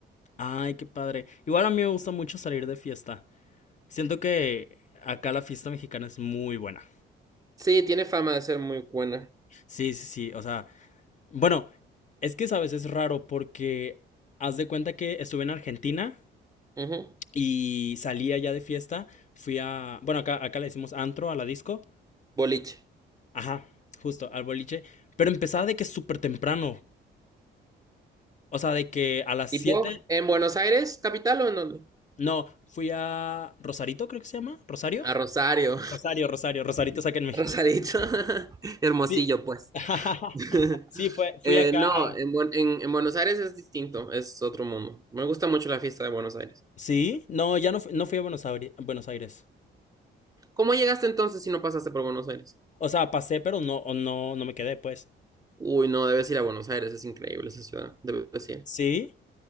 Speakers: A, on the left; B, on the right.
A: Ay, qué padre. Igual a mí me gusta mucho salir de fiesta. Siento que acá la fiesta mexicana es muy buena.
B: Sí, tiene fama de ser muy buena.
A: Sí, sí, sí. O sea, bueno, es que sabes, es raro porque haz de cuenta que estuve en Argentina
B: Ujú.
A: y salí allá de fiesta. Fui a, bueno, acá, acá le decimos antro a la disco.
B: Boliche.
A: Ajá, justo, al boliche. Pero empezaba de que súper temprano. O sea, de que a las
B: ¿Tipo?
A: 7
B: ¿En Buenos Aires, capital o en dónde?
A: no, fui a Rosarito, creo que se llama, Rosario.
B: A Rosario.
A: Rosario, Rosario, Rosarito
B: <laughs>
A: es acá en México.
B: Rosarito. <laughs> Hermosillo,
A: Sí.
B: pues.
A: <laughs>
B: <laughs>
A: Sí, fue, fui
B: Eh,
A: acá
B: no,
A: a...
B: en, Buen- en, en Buenos Aires es distinto, es otro mundo. Me gusta mucho la fiesta de Buenos Aires.
A: Sí, no, ya no, fu- no fui a Buenos Aires, Buenos Aires.
B: ¿Cómo llegaste entonces si no pasaste por Buenos Aires?
A: O sea, pasé, pero no, o no, no me quedé, pues.
B: Uy, no, debes ir a Buenos Aires, es increíble esa ciudad, debes ir.
A: Sí,